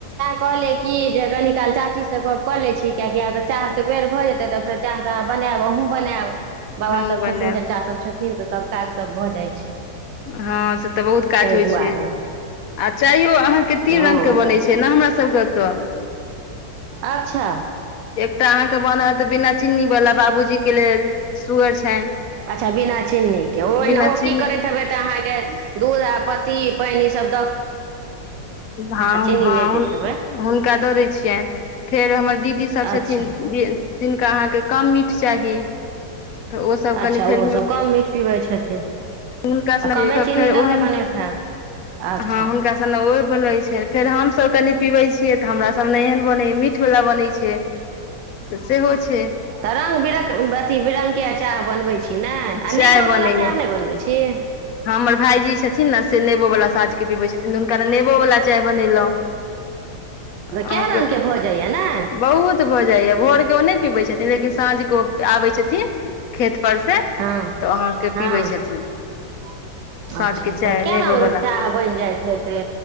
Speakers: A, on the right (about 80°); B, on the left (about 60°).
A: कहलै कि जे कनी काल चाचीसँ गप कऽ लैत छी किियाकि आ तऽ चाहके बेर भऽ जेतै तऽ फेर चाह त बयब अहुूँ बनायब बाबा
B: हमहूँ
A: सभ
B: बनायब
A: छथिन चाचाभ छथिन तऽ सभ काज सभ भऽ जाइ छै
B: हँ से तऽ बहुत काज
A: ताहि
B: होइ
A: दुआरे
B: छै आ चाहयो अहाँके तीन
A: हँ
B: रंगग के बनै
A: सएह
B: छै ने हमरा सबके ओतऽ
A: अच्छा
B: तऽ अहाँके बनत बिना चीन्नी वला बाबूजी के के लेल सुगर छनि
A: अच्छा बिना चीन्नीके ओ ओहिना
B: बिना
A: ओ
B: चीनी
A: की करैत हेबै तऽ अहाँके दूध आ पत्ती पैनी सभ
B: ह
A: चीनी
B: हँ
A: नहि दैत हेबै
B: हुनका दऽ दै छियनि फेर हमर दीदी सब छथिन
A: अच्छा
B: तिनका अहाँके कम मीठ चाही तऽ ओसभ कनि
A: अच्छा
B: फेर
A: ओहो सब कम म पिबै छथिन
B: हुनका
A: आ कमे चीनी
B: फेर
A: दऽ
B: ओहन
A: कऽ बनबैत हैब अच्छा
B: हँ हुनका स ओहिप रहै छनि फेर हमसभ कनी पीबै छियै तऽ हमरा सब नहि एहन बनैय मीठ वालला बनै छै तऽ सेहो छै
A: तऽ रंग बिरङ अथी बिरङंगगकेचाह बनबे छीिय नहि आ
B: चाय
A: नेबो
B: बनैय
A: बला चाह नहि बनबै छै तन
B: हमर भायजी छथिन ने से नेबोवला साँझके पीबै छथिन तऽ हुनका ने नेबोवला चाय बनेलहुँ अहाँके
A: कए रङ्गके भऽजइए ने
B: बहुत भऽ जाइया भोर के ओ नहि पीबै छथिन लेकिन साँझ के आबै छथिन खेत। <unintelligible> पर से <unintelligible>
A: हँ
B: तऽ वहाँके
A: हँ
B: पीबै छथिन। <unintelligible>
A: अच्छा
B: साँझके
A: तहन
B: चाय
A: क
B: नेबो
A: रंगग
B: वला
A: चाह बनि जाइत हेते